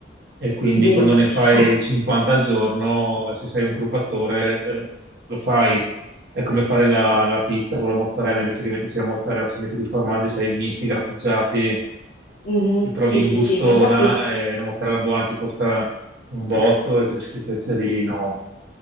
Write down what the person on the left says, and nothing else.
verissimo.
Mhm,
Sì,
sì,
sì, ma infatti,